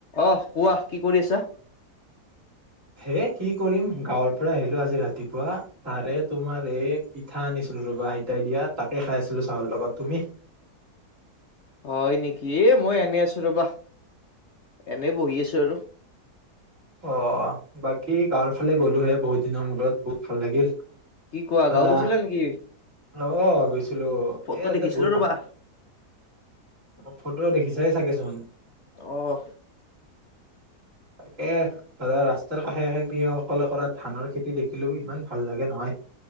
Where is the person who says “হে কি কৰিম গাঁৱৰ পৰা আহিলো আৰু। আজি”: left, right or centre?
Right